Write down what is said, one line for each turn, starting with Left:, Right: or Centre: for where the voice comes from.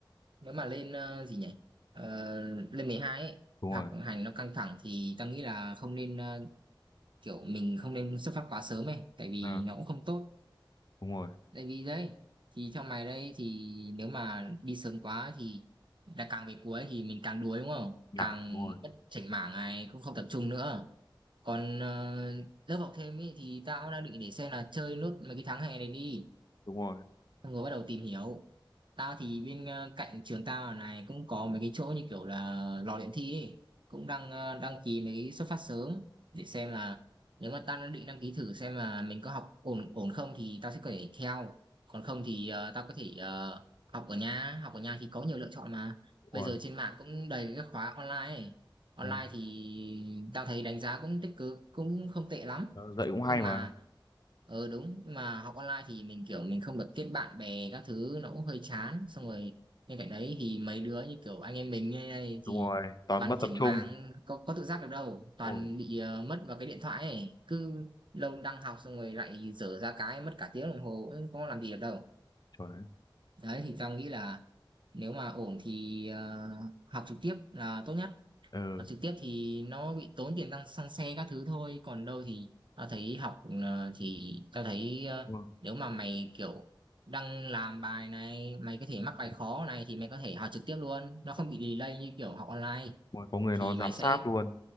Right: nếu mà lên ờ, gì nhỉ? Ờ, lên 12 ấy,
Left: đúng
Right: học
Left: rồi
Right: hành nó căng thẳng thì tao nghĩ là không nên ờ, kiểu mình không nên xuất phát quá sớm ấy, tại vì
Left: à,
Right: nó cũng không tốt.
Left: đúng rồi
Right: Tại vì đấy thì theo mày đây thì nếu mà đi sớm quá thì đã càng về cuối thì mình càng đuối đúng không?
Left: nản
Right: Càng
Left: đúng rồi
Right: mất chảnh mảng này cũng không tập trung nữa còn ờ, lớp học thêm ý, thì tao đang định để xem là chơi nốt mấy cái tháng hè này đi
Left: đúng rồi
Right: xong rồi bắt đầu tìm hiểu Tao thì bên ờ, cạnh trường tao ở này cũng có mấy cái chỗ như kiểu là lò luyện thi ấy. Cũng đang ờ, đăng ký mấy cái xuất phát sớm để xem là nếu mà tao đã định đăng ký thử xem là mình có học ổn ổn không thì tao sẽ có thể theo còn không thì ờ, tao có thể ờ, học ở nhà học ở nhà thì có nhiều lựa chọn mà
Left: đúng
Right: bây
Left: rồi,
Right: giờ trên mạng cũng đầy các khóa online ấy. Online
Left: đúng
Right: thì tao thấy đánh giá cũng tích cực cũng không tệ lắm
Left: rồi. dạy cũng hay
Right: nhưng mà
Left: mà
Right: ừ đúng nhưng mà học online thì mình kiểu mình không được kết bạn bè các thứ nó cũng hơi chán xong rồi bên cạnh đấy thì mấy đứa như kiểu anh em mình như này
Left: đúng
Right: thì
Left: rồi toàn
Right: toàn
Left: mất
Right: chảnh
Left: tập trung
Right: mảng có, có tự giác được đâu toàn
Left: đúng rồi
Right: bị ờ, mất vào cái điện thoại ấy cứ lâu đang học xong rồi lại dở ra cái mất cả tiếng đồng hồ cũng không làm gì được đâu
Left: chuẩn đấy.
Right: đấy thì tao nghĩ là nếu mà ổn thì ờ, học trực tiếp là tốt nhất
Left: ừ
Right: Học trực tiếp thì nó bị tốn tiền tăng xăng xe các thứ thôi còn đâu thì tao thấy học ờ, thì tao thấy ờ,
Left: đúng rồi.
Right: nếu mà mày kiểu đang làm bài này mày có thể mắc bài khó này thì mày có thể học trực tiếp luôn nó không
Left: Đúng
Right: bị delay như kiểu học online
Left: rồi. có người
Right: thì
Left: nó giám
Right: mày sẽ
Left: sát luôn